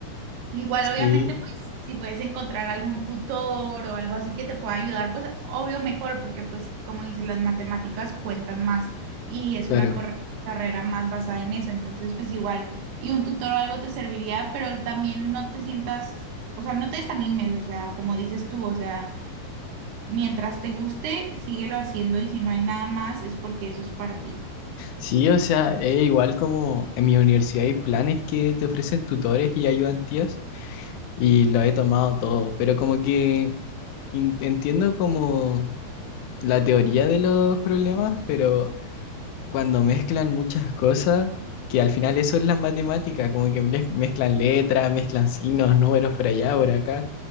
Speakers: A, on the right (about 85°); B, on the left (about 85°).
A: Igual,
B: Sí,
A: obviamente, pues si puedes encontrar algún tutor o algo así que te pueda ayudar, pues obvio mejor, porque pues como dices, las matemáticas cuentan más y es
B: claro.
A: una corre- carrera más basada en eso, entonces pues igual, y un tutor o algo te serviría, pero también no te sientas, o sea, no te desanimes, o sea, como dices tú, o sea, mientras te guste, síguelo haciendo y si no hay nada más es porque eso es para ti.
B: Sí, o sea, es igual como en mi universidad hay planes que te ofrecen tutores y ayudantías y lo he tomado todo, pero como que in- entiendo como la teoría de los problemas, pero cuando mezclan muchas cosas, que al final eso es la matemática, como que mez- mezclan letras, mezclan signos, números por allá, por acá.